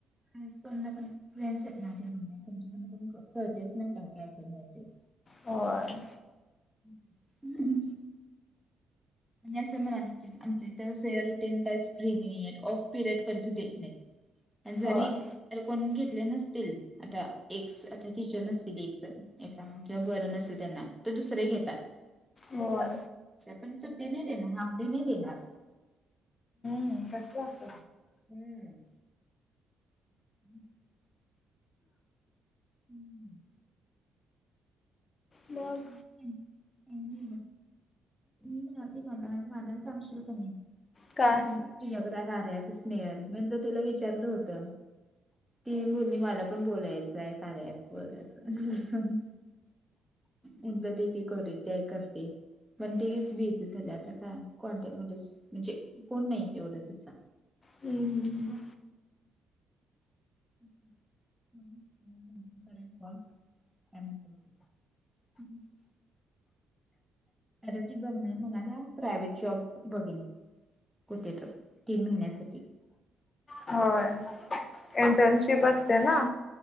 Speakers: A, in the centre; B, on the left (about 40°).
A: फ्रेंडस पण फ्रेंड्स आहेत ना <unintelligible> त्यांच्याक पण कळतेच नाही का काय <unintelligible>
B: होय.
A: <unintelligible> आणि असं म्हण आम आमच्या इथ, सरटन काहीच फ्री नाही. ऑफ पिरियड पण असं देत नाहीत. जरी
B: होय
A: तर कोण घेतले नसतील, आता एक आता टीचर नसतील एकजन एका किंवा बरं नसेल त्यांना. तर दुसरे घेतात.
B: होय
A: पण सुट ते नाही देणार, हाफ- डे नाही देणार.
B: ह <unintelligible>
A: असं
B: अस.
A: आहे. हम्म. <unintelligible> हम्म.
B: मग
A: <unintelligible> मी म्हणालते मला, मला सांगशील का नाही?
B: काय
A: <unintelligible> तुझ्याकड आता <unintelligible> म त तुला विचारलं होत. ती बोलली, मला पण बोलायचंय. कार्या ॲप वरच. <unintelligible> म्हटलं देती <unintelligible> त्याय करते. पण तेच बीजी झाली आता काय. कॉन्टॅक्टमध्ये. म्हणजे कोण नाही, एवढा तिचा.
B: हम्म, हम्म, हम्.
A: <unintelligible> <unintelligible> आता ती बघणार म्हणाल्या. प्रायव्हेट जॉब बघेन. कुठे तर, तीन महिन्यांसाठी.
B: होय. <inaudible> इंटर्नशिप असते ना.